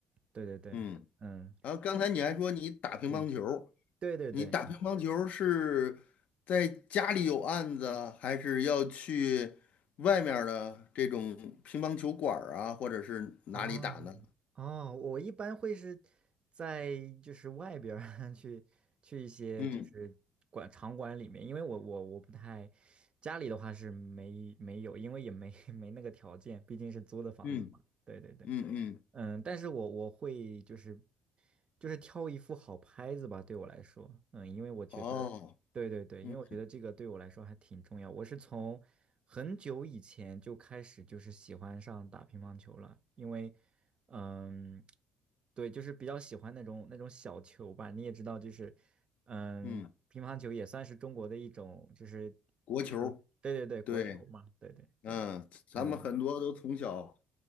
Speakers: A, on the right; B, on the left.
A: 对对对，
B: 嗯。
A: 嗯嗯
B: 然后刚才你还说你打乒乓球，
A: 嗯，对对对，
B: 你打乒乓球是在家里有案子，还是要去外面儿的这种乒乓球馆儿啊，或者是哪里打呢？
A: 哦哦，我一般会是在就是外边儿 <laughs> 去去一些就是馆场馆里面，
B: 嗯
A: 因为我我我不太家里的话是没没有，因为也没 <laughs> 没那个条件，毕竟是租的房子嘛。
B: 嗯
A: 对对对。
B: 嗯嗯，
A: 嗯，但是我我会就是就是挑一副好拍子吧，对我来说，嗯，因为我觉得，
B: 哦，
A: 对对对，
B: 嗯
A: 因为我觉得这个对我来说还挺重要。我是从很久以前就开始就是喜欢上打乒乓球了，因为，嗯，对，就是比较喜欢那种那种小球吧。你也知道，就是嗯，
B: 嗯，
A: 乒乓球也算是中国的一种，就是就是对对对，
B: 国球
A: 国球嘛，
B: 对，
A: 对对对，
B: 嗯，咱们很多都从小
A: 嗯